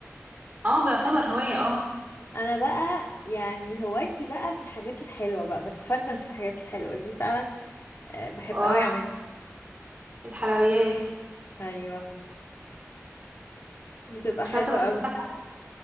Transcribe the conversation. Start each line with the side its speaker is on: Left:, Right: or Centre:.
Right: اه بيعتبر هوايه اه
Left: انا بقى يعني هوايتي بقى في الحاجات الحلوه بقى بتفنن في الحاجات الحلوه دي فعلا آه بحب
Right: اه
Left: قوي اعملها
Right: الحلويات
Left: ايوه بتبقى
Right: شاطره
Left: حلوه
Right: فيها
Left: قوي
Right: بقى